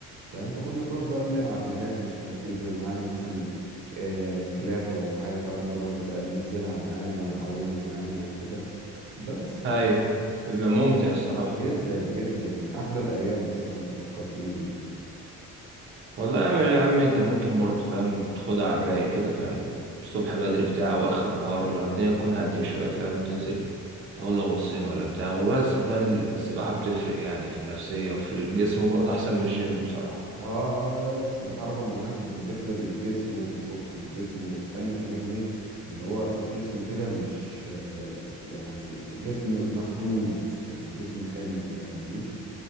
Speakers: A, on the right (about 80°); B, on the right (about 40°).
A: فاهم فكنا بنروح بقى بنلعب هناك مش عارف ايه بيبقى معانا مثلا آه، كلاب ولا حاجة فبنقعد بقى ننزلها معانا ونعومها معانا وكده بس
B: ايوه
A: ف...
B: بيبقى ممتع الصراحة
A: آه، جدا جدا من أحلى الأيام الصراحة أنت فكرتني بيها
B: والله يا عم يا عم انت ممكن برضو فاهم تاخدها على الرايق كده فاهم الصبح بدري بتاع او اخر النهار لو الدنيا تكون هاديه شويه فاهم تنزل تاخد لك غطسين ولا بتاع والله صدقني السباحه بتفرق يعني في النفسيه وفي الجسم برضه احسن من الجيم بصراحه
A: اه اه آه، لا السباحة رقم واحد بتفرد الجسم وبتفك الجسم وبتخلي كمان ايه اللي هو الجسم كده مش آه، يعني جسم مفرود في جسم حلو فاهمني